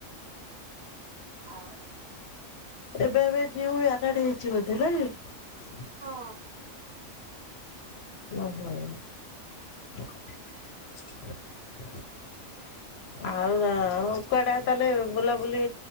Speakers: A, on the right (about 55°); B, on the left (about 60°).
A: ଆଉ କଣ
B: ଏବେ ଏବେ ନ୍ୟୁ ମ୍ୟାରେଡ ହେଇଛି ବୋଧେ ନାଇ ।
A: ହଁ।
B: ଓହୋ। ଆଉ ଆଉ କୁଆଡେ ତାହେଲେ ବୁଲା ବୁଲି